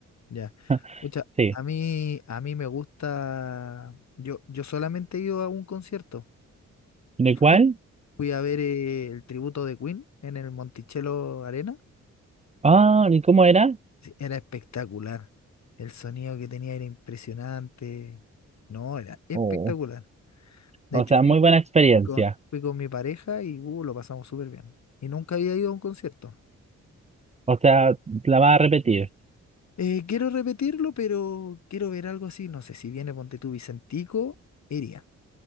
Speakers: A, on the left; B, on the right.
A: ya.
B: <laughs>
A: Pucha,
B: Sí.
A: a mí, a mí me gusta. Yo, yo solamente he ido a un concierto.
B: ¿De
A: <laughs>
B: cuál?
A: Fui a ver eh, el tributo de Queen en el Monticello Arena.
B: Ah, ¿y cómo era?
A: Sí, era espectacular. El sonido que tenía era impresionante. No, era espectacular.
B: Oh,
A: De
B: o
A: hecho,
B: sea,
A: fui
B: muy buena experiencia.
A: con, fui con mi pareja y uh, lo pasamos súper bien. Y nunca había ido a un concierto.
B: O sea, la va a repetir.
A: Eh, quiero repetirlo, pero quiero ver algo así. No sé, si viene Ponte tú Vicentico, iría.